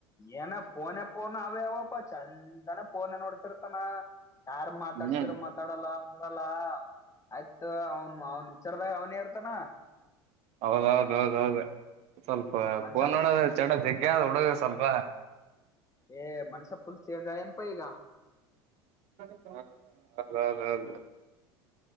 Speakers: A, on the left; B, on the right.
A: ಏನಾ ಫೋನ್. ೋನ್ ಅವೇ ಯಾವಪ್ಪ ಚತ್ನ ಫೋನ್ ನೋಡ್ತಿರ್ತಾನ ಯಾರ್ ಮಾತಾಡ್ಸಿರ
B: ಹ್ಮ್
A: ಮಾತಾಡಲ್ಲ. ಡಲ್ಲ ಆಯ್ತ ಅವನ್ ಅವನ್ ವಿಚಾರದಾಗ ಅವನೇ ಇರ್ತಾನ.
B: ಹೌದ ಹೌದದು ಸ್ವಲ್ಪ
A: ಮನ್ಷ್ಯ
B: ಫೋನ್ ನೋಡೋದು ಚಟ ಜಗ ಗಿ ಅದ ಹುಡುಗ ಸ್ವಲ್ಪ.
A: ಏ ಮನಷ್ಯ ಪುಲ್ ಚೇಂಜ್ ಆಗ್ಯಾನ್ಪ್ ಈಗ ಅವ್.
B: <unintelligible>